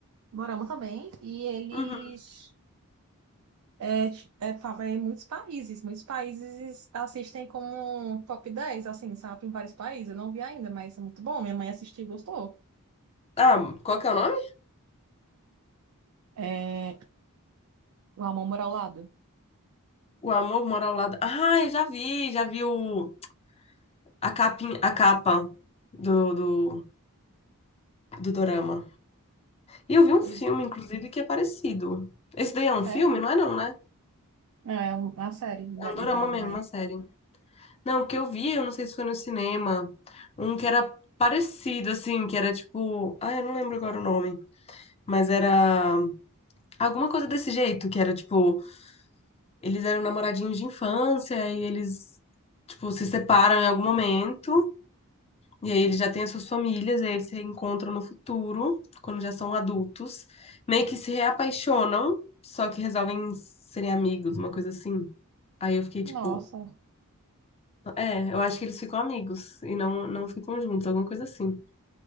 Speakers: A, on the right (about 70°); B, on the left (about 25°).
A: Morama também, e eles
B: Uhum.
A: é, ti- é, fa- é em muitos países, muitos países assistem como top 10 assim, sabe, em vários países, eu não vi ainda, mas é muito bom, minha mãe assistiu e gostou.
B: Ah, qual que é o nome?
A: É, o Amor ao Lado.
B: O Amor Mora ao Lado. Ah, eu já vi, já vi o... a capinha, a capa do, do, do dorama. E eu vi um
A: Pois
B: filme,
A: é,
B: inclusive, que é parecido. Esse daí é um
A: sério?
B: filme? Não é não, né?
A: É uma série de
B: É um dorama
A: de drama,
B: mesmo, uma
A: é.
B: série. Não, o que eu vi, eu não sei se foi no cinema, um que era parecido, assim, que era tipo... Ah, eu não lembro agora o nome. Mas era alguma coisa desse jeito, que era tipo, eles eram namoradinhos de infância e eles, tipo, se separam em algum momento. E aí eles já têm as suas famílias, e aí eles se reencontram no futuro, quando já são adultos. Meio que se reapaixonam, só que resolvem serem amigos, uma coisa assim. Aí eu fiquei
A: Nossa,
B: tipo, é, eu acho que eles ficam amigos e não, não ficam juntos, alguma coisa assim.